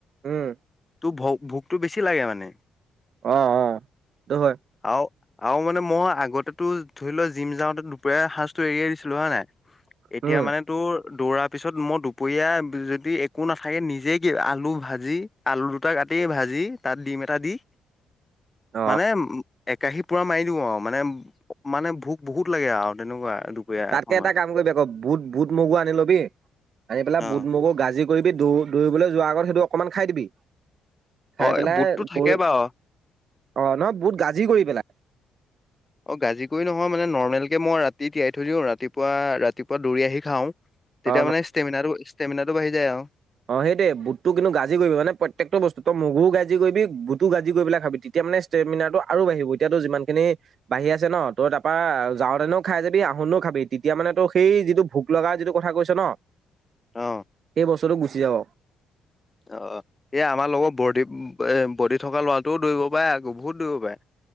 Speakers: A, on the right; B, on the left.
A: উম।
B: ভ ভোকতটো বেছি লাগে মানে।
A: অঁ, অঁ ত হয়।
B: আৰু আৰু মানে মই আগতেতো ধৰি লোৱা জিম যাওঁতে দুপৰীয়া সাঁজটো এৰিয়াই দিছিলো হয় নাই? এতিয়া
A: উম
B: মানে তোৰ? দৌৰাৰ পিছত মই দুপৰীয়া যদি একো নাথাকে নিজে কি আলু ভাজি আলু দুটা কা তেই ভাজি তাত ডিম এটা দি
A: অ
B: মানে উ একাশী পুৰা মাৰি দিও আৰু মানে মানে ভোক বহুত লাগে আৰু হেনেকুৱা দুপৰীয়া। সময়ত
A: তে এটা কাম কৰিবি আকৌ বুট বুট, মগু আনি লবি আনি পেলাই
B: অ
A: বুট, মগু গাজি কৰিবি দৌ দৌৰিবলৈ যোৱাৰ আগত সেইটো অকনমান খাই দিবি। খাই
B: অ
A: পেলাই
B: এই বুটটো থাকে
A: দৌৰি
B: বাৰু
A: অ ন বুট গাজি কৰি পেলাই।
B: অঁ, গাজিক নহয় মানে নৰ্মেলকে মই ৰাতি তিয়াই থৈ দিওঁ ৰাতিপুৱা ৰাতিপুৱা দৌৰি আহি খাওঁ। তেতিয়া
A: অ
B: মানে ষ্টেমিনাৰটো -ষ্টেমিনাৰটো বাঢ়ি যায় আৰু।
A: অঁ, সেইটোৱে বুটটো কিন্তু গাজি কৰিব মানে প্ৰত্যেকটো বস্তু তই মগুও গাজি কৰিবি বুটটো গাজি কৰিব পেল খাবি তেতিয়া মানে ষ্টেমিনাৰটো আৰু বাঢ়িব এতিয়াতো যিমান খিনি বাঢ়ি আছে ন ত তাৰপা যাওঁতেনেও খাই যাবি আহোনো খাবি তেতিয়া মানে তো সেই যিটো ভোক লগা যিটো কথা কৈছ ন?
B: অ
A: এই বছৰটো গুচি যাব।
B: অ, এই আমাৰ লগৰ বড এ বডি থকা ল'ৰাটোও দৌৰিব পাৰে, বহুত দৌৰিব পাৰে।